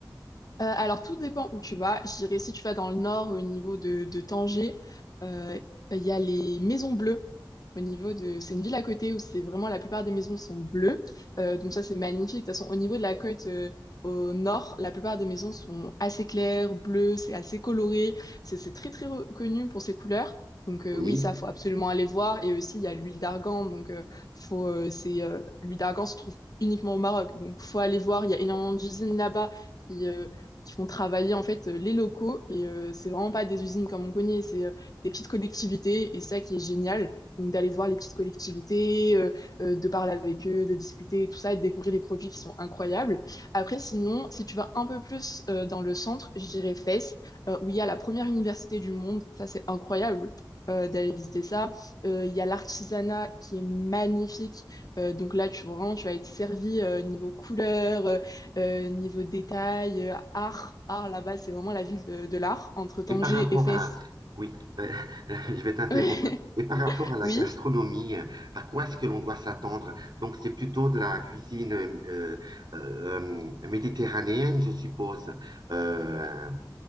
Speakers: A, on the left; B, on the right.
A: Euh, alors, tout dépend où tu vas. Je dirais, si tu vas dans le nord, au niveau de, de Tanger, euh, il y a les Maisons Bleues. Au niveau de... C'est une ville à côté où c'est vraiment la plupart des maisons sont bleues. Euh, donc ça, c'est magnifique. De toute façon, au niveau de la côte euh, au nord, la plupart des maisons sont assez claires, bleues, c'est assez coloré. C'est c'est très, très reconnu pour ses couleurs. Donc euh,
B: Oui.
A: oui, ça, faut absolument aller voir. Et aussi, il y a l'huile d'argan. Donc euh, faut, euh, c'est, euh, l'huile d'argan se trouve uniquement au Maroc. Donc faut aller voir. Il y a énormément d'usines là-bas qui euh, qui font travailler en fait euh, les locaux. Et euh, c'est vraiment pas des usines comme on connaît, c'est euh, des petites collectivités. Et ça qui est génial, donc d'aller voir les petites collectivités, euh, euh, de parler avec eux, de discuter, et tout ça, et de découvrir les produits qui sont incroyables. Après, sinon, si tu vas un peu plus euh, dans le centre, je dirais Fès, euh, où il y a la première université du monde. Ça, c'est incroyable. euh, d'aller visiter ça. Euh, Il y a l'artisanat qui est magnifique. Euh, donc là, tu, vraiment, tu vas être servi euh, niveau couleur, euh, euh, niveau détail, euh, art, art là-bas, c'est vraiment la ville de, de l'art, entre Tanger
B: Et par rapport
A: et Fès.
B: à, oui, euh, <laughs> je vais t'interrompre.
A: <laughs>
B: Et par rapport à la
A: Oui.
B: gastronomie, euh, à quoi est-ce que l'on doit s'attendre? Donc, c'est plutôt de la cuisine euh, euh, euh, méditerranéenne, je suppose. Euh,